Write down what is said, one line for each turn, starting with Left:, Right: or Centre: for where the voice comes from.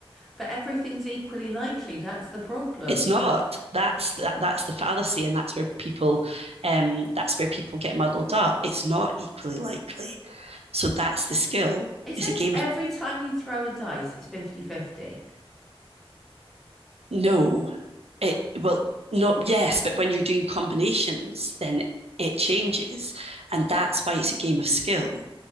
Centre: But everything's equally likely. That's the problem.
Right: It's not. That's that, that's the fallacy, and that's where people, um, that's where people get muddled up. It's not equally likely. So that's the skill.
Centre: It's
Right: It's
Centre: ev
Right: a game
Centre: every
Right: of
Centre: time you throw a dice, it's fifty-fifty,
Right: no. it well not yes but when you're doing combinations then it changes and that's why it's a game of skill